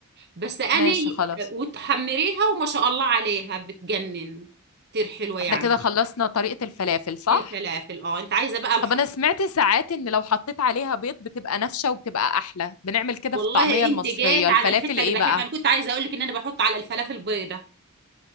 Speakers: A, on the right; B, on the left.
A: بس انا
B: ماشي
A: ي-
B: خلاص
A: وتحمريها وما شاء الله عليها بتجنن كتير حلوه يعني
B: احنا كده خلصنا طريقة الفلافل صح؟
A: الفلافل اه انت عايزه بقى الحب
B: طب انا سمعت ساعات ان لو حطيت عليها بيض بتبقى نافشة وبتبقى احلى بنعمل كده
A: والله
B: في الطعمية
A: انت
B: المصرية
A: جيت
B: الفلافل
A: على الحته
B: ايه
A: اللي بحب
B: بقى؟
A: انا كنت عايزه اقول لك ان انا بحط على الفلافل بيضه